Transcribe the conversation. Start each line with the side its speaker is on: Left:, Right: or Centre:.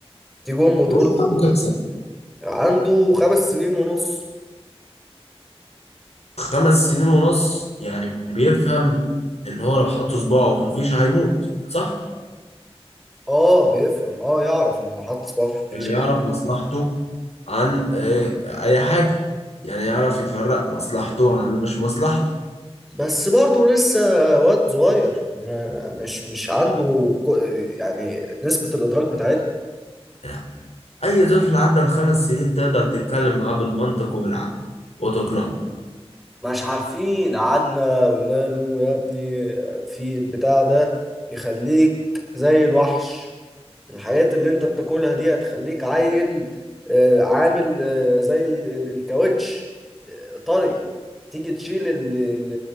Centre: تيجي امه تقول
Left: الواحد
Centre: له
Left: عنده كام سنة؟
Centre: عنده خمس سنين ونص
Left: خمس سنين ونص يعني بيفهم ان هو لو حط صباعه في الفيشة هيموت صح؟
Centre: اه بيفهم اه يعرف ان لو حط صباعه في
Left: يعني يعرف مصلحته عن آه، اي حاجة يعني يعرف يفرق مصلحته عن اللي مش مصلحته
Centre: بس برضه لسه واد صغير ما- مش مش عنده ك- يعني نسبة الإدراك بتاعتنا
Left: يعني اي طفل عدى الخمس سنين تقدر تتكلم معاه بالمنطق وبالعقل وتقنعه
Centre: مش عارفين قعدنا قلنا له يا ابني في البتاع ده يخليك زي الوحش الحاجات اللي انت بتاكلها دي هتخليك عيل آه، عامل آه، زي ال- ال- الكاوتش آه، طري تيجي تشيل ال... ال...